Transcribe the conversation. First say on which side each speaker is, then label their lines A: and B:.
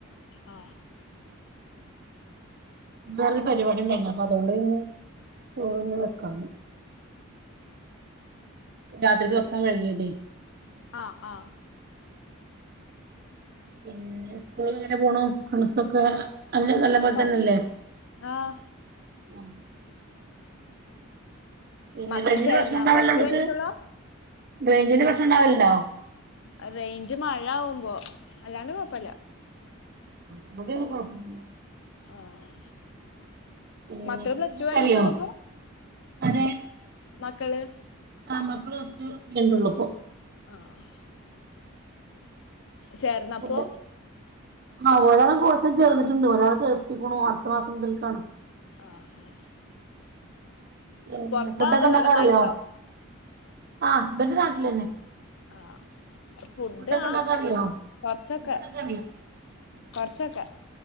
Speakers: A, on the left; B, on the right.
A: ആ
B: വേറൊരു പരിപാടി ഉണ്ടായിരുന്നു അതുകൊണ്ട് ഇന്ന് ചോറിന്ന് വെക്കാഞ്ഞ്. രാത്രിക്ക് വെക്ക <unintelligible>
A: ആ ആ
B: പിന്നെ സ്കൂളെങ്ങനെ പോണു പഠിത്തൊക്കെ അല്ല നല്ലംപോലെ തന്നല്ലേ?
A: ആഹ് ആഹ്
B: അ പിന്നെ.
A: മക്കൾ
B: റൈഞ്ചിന്റെ
A: ചേർന്നാ
B: പ്രശ്നം ണ്ടാവല്ണ്ടാ
A: പ്ലസ്
B: അവ്ട്‌ക്ക്?
A: ടു കഴിഞ്ഞിട്ടുള്ളോ
B: റൈഞ്ചിന് പ്രശ്നം ഉണ്ടാവല്ണ്ടോ
A: അ റൈഞ്ച് മഴ ആവുമ്പോ അല്ലാണ്ട് കൊഴപ്പല്ല.
B: <unintelligible> കൊഴപ്പൊന്നുല്ല.
A: ആഹ്
B: പിന്നെ
A: മക്കള്
B: കുക്കിംഗ്
A: പ്ലസ് ടു
B: ഒക്കെ
A: കഴിഞ്ഞിട്ടൊള്ളു
B: അറിയോ
A: പ്പോ?
B: അതെ
A: മക്കള്.
B: ആ മക്കള് പ്ലസ്ടു കഴിഞ്ഞിട്ടൊ ള്ളുപ്പോ.
A: ആഹ് ചേർന്നപ്പോ
B: ഫുഡ് ആഹ് ഒരാൾ കോഴ്സിൽ ചേർന്നിട്ടുണ്ട് ഒരാളെ ചേർത്തിക്ക്ണു അടുത്ത മാസം മുതൽക്കാണ്.
A: ആഹ്
B: പിന്നെ
A: പൊറത്താ
B: ഫുഡൊക്കെ
A: അതോ
B: ഉണ്ടാക്കാ
A: ഇവിടെ നാട്ടിലോ
B: അറിയോ? ആ ഹസ്ബന്റ് നാട്ടിലന്നെ.
A: ആഹ് ഫുഡ്
B: ഫുഡൊക്കെ
A: ആ
B: ഉണ്ടാക്കാൻ അറിയോ
A: കൊറച്ചൊക്കെ.
B: ഫുഡ്ണ്ടാക്കാൻ
A: കൊറച്ചൊക്കെ